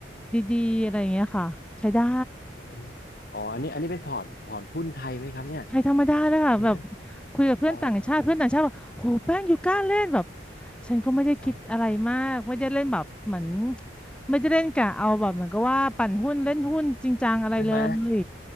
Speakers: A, in the centre; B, on the left (about 50°).
A: ดีๆอะไรอย่างเงี้ยค่ะใช้ได้
B: ใช่ไหมอ๋ออันนี้อันนี้เป็นพอร์ตพอร์ตหุ้นไทยไหมครับเนี่ย
A: ใครธรรมดาเลยค่ะแบบ
B: ใช่ไหม
A: คุยกับเพื่อนต่างชาติเพื่อนต่างชาติบอกโหแป้งอยู่กล้าเล่นแบบ
B: อ๋อ
A: ฉันก็ไม่ได้คิดอะไรมากไม่ได้เล่นแบบเหมือน
B: อ๋อ
A: ไม่ได้เล่นกะเอาแบบเหมือนก็ว่าปั่นหุ้นเล่นหุ้นจริงจังอะไรเลย
B: ใช่ไหม